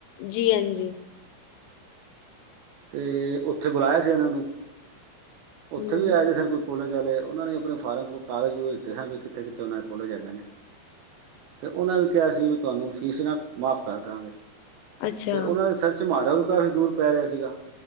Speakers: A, on the left; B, on the right.
A: ਜੀ ਹਾਂਜੀ।
B: ਤੇ ਉੱਥੇ ਬੁਲਾਇਆ ਸੀ ਇਹਨਾਂ ਨੂੰ ਉੱਥੇ
A: ਹਮ
B: ਵੀ ਆਏ ਸਨ ਕੋਈ ਕੋਲਜ ਵਾਲੇ ਉਹਨਾਂ ਨੇ ਆਪਣੇ ਫਾਰਮ ਕਾਗਜ਼ੂਜ ਦਿੱਤੇ ਸਨ ਵੀ ਕਿੱਥੇ ਕਿੱਥੇ ਉਹਨਾਂ ਦੇ ਕੋਲੇਜ ਹੈਗੇ ਨੇ ਅਤੇ ਉਹਨਾਂ ਵੀ ਕਿਹਾ ਸੀ ਵੀ ਤੁਹਾਨੂੰ ਫੀਸ ਨਾ ਮਾਫ਼ ਕਰ ਦਵਾਂਗੇ
A: ਅੱਛਾ
B: ਫਿਰ ਉਹਨਾਂ ਨੇ ਸਰਚ ਮਾਰਿਆ ਵੀ ਕਾਫ਼ੀ ਦੂਰ ਪੈ ਰਿਹਾ ਸੀਗਾ।